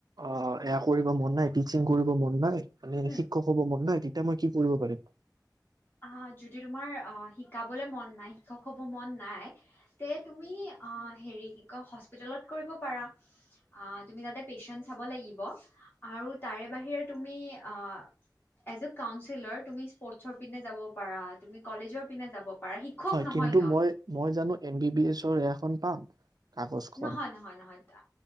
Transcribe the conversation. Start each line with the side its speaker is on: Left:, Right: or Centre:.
Right: অ এয়া কৰিব মন নাই টিচিং কৰিব মন নাই। মানে
Left: উম
Right: শিক্ষক হ'ব মন নাই তেতিয়া মই কি কৰিব পাৰিম।
Left: অ যদি তোমাৰ শিকাবলে মন নাই শিক্ষক হ'ব মন নাই তে তুমি অ হেৰি কি কয় হস্পিতেলত কৰিব পাৰা। আহ তুমি তাতে পেচেণ্ট চাব লাগিব আৰু তাৰে বাহিৰে তুমি আহ এজ এ কাউন্সিলৰ তুমি স্পৰ ছৰ পিনে যাব পাৰা তুমি কলেজৰ পিনে যাব পাৰা শিক্ষক নহয়
Right: কিন্তু
Left: সিহত।
Right: মই মই জানো এম বি বি এছৰ এয়াখন পাম। কাগজখন
Left: নহয় নহয় নহয়